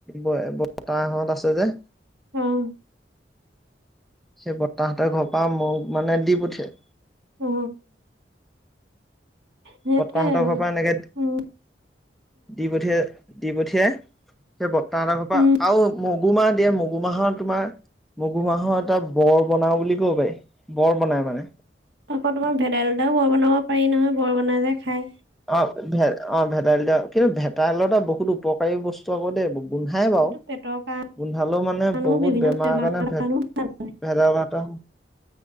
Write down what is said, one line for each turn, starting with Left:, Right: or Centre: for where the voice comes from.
Centre: বৰ্তাহত আছে যে
Right: অহ
Centre: সেই বতাহেতৰ ঘৰ পৰা মোক মানে দি পঠিয়াই
Right: অ সেইটোৱে
Centre: বৰ্তাহঁতৰ
Right: আৰু
Centre: ঘৰ পৰা এনেকে দি
Right: উম
Centre: পঠিয়াই দি পঠিয়াই সেই বৰ্তাহতৰ ঘৰ পৰা
Right: উম
Centre: আৰু মগু মাহ দিয়ে মগু মাহৰ তোমাৰ মগু মাহৰ এটা বৰ বনাও বুলি কব পাৰি বৰ বনাই মানে
Right: আকৌ তোমাৰ ভেদাইলতাও বৰ বনাব পাৰি নহয় বৰ বনাই যে খাই
Centre: অহ ভে অহ ভেদাইলতা কিন্তু ভেদাইলতা বহুত উপকাৰী বস্তু আকৌ দেই গোন্ধাই বাও।
Right: সেইটো পেটৰ
Centre: গোন্ধালেও মানে
Right: কাৰণেও
Centre: বহুত
Right: বিভিন্ন
Centre: বেমাৰৰ কাৰণে ভেদ
Right: কাৰণেও ভাল হয়
Centre: ভেদাটা হয়।